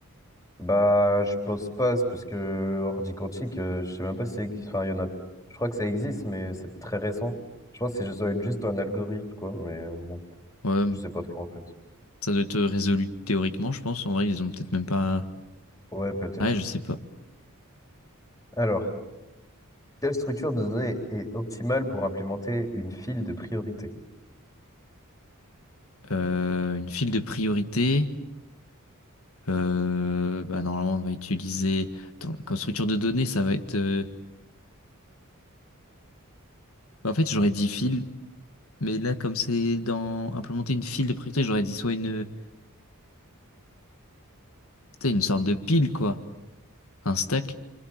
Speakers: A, on the left; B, on the left.
A: Bah, je pense pas. C'est parce que ordi quantique, euh, je sais même pas si ça existe. Enfin, il y en a. Je crois que ça existe, mais c'est très récent. Je pense que c'est juste ça doit être juste un algorithme, quoi. Mais bon,
B: Ouais,
A: je sais pas trop en fait.
B: ça doit être résolu théoriquement, je pense. En vrai, ils ont peut-être même pas...
A: Ouais, peut-être.
B: ah Ouais, je sais pas.
A: Alors. Quelle structure de données est optimale pour implémenter une file de priorité?
B: Euh, une file de priorité. Euh, bah, normalement, on va utiliser... Attends, comme structure de données, ça va être... euh, bah, En fait, j'aurais dit file, mais là, comme c'est dans implémenter une file de priorité, j'aurais dit soit une... tu sais, une sorte de pile, quoi. Un stack?